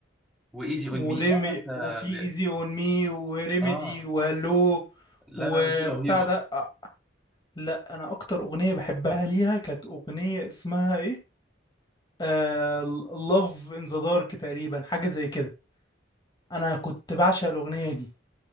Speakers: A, in the centre; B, on the left (about 20°).
A: وايزي
B: وريمي
A: اون مي لا لا، انت
B: وفي
A: دي-
B: ايزي اون مي وريميدي
A: اه
B: وهالو
A: لا
B: وبتاع
A: لا لا، دي رهيبة
B: ده آه، لا انا اكتر اغنيه بحبها ليها كانت اغنيه اسمها ايه آه Love in the Dark تقريبا حاجه زي كده انا كنت بعشق الاغنيه دي